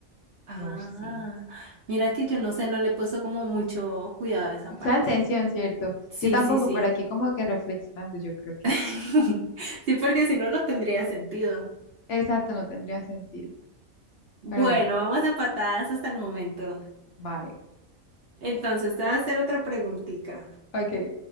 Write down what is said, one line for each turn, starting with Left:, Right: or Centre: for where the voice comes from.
Right: Ah,
Left: no sé.
Right: mira que yo no sé, no le he puesto como mucho cuidado a esa
Left: Mucha
Right: parte.
Left: intención, ¿cierto?
Right: Sí,
Left: Yo tampoco,
Right: sí, sí.
Left: por aquí como que reflexionando, yo creo que
Right: <laughs>
Left: sí.
Right: Sí, porque si no, no tendría sentido.
Left: Exacto, no tendría sentido.
Right: Bueno,
Left: Pero bueno,
Right: vamos empatadas hasta el momento.
Left: vale.
Right: Entonces, te voy a hacer otra preguntita.
Left: Ok.